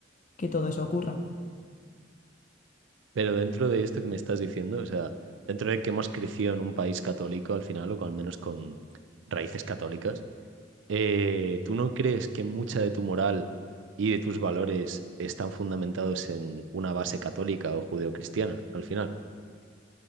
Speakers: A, on the left; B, on the right.
A: que todo eso ocurra.
B: Pero dentro de esto que me estás diciendo, o sea, dentro de que hemos crecido en un país católico al final, o con- al menos con raíces católicas, eh, ¿tú no crees que mucha de tu moral y de tus valores están fundamentados en una base católica o judeocristiana al final?